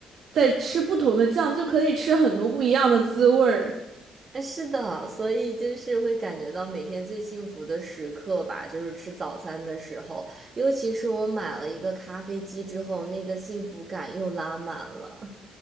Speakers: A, on the right (about 65°); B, on the right (about 35°).
A: 再吃不同的酱，就可以吃很多不一样的滋味儿。
B: 哎，是的，所以就是会感觉到每天最幸福的时刻吧，就是吃早餐的时候，尤其是我买了一个咖啡机之后，那个幸福感又拉满了。